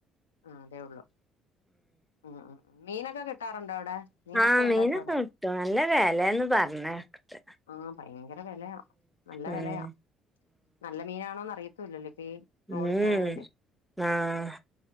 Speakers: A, on the left (about 75°); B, in the centre.
A: ആഹ് അതേ ഉള്ളൂ ഉം ഉം മീനൊക്കെ കിട്ടാറുണ്ടോ അവിടെ?
B: ആഹ്
A: ഉണ്ടോ
B: മീനൊക്കെ
A: ഇപ്പ അവിടെ
B: കിട്ടും നല്ല വെലേന്ന് പറഞ്ഞേക്കണ്ട്.
A: ആഹ് ഭയങ്കര വെലയാ നല്ല
B: ഉം
A: വെലയാ നല്ല മീനാണോന്ന് അറിയത്തൂല്ലല്ലോ ഇപ്പ ഈ ട്രോളിങ്
B: ഇം
A: ആയോണ്ടേ
B: ആഹ്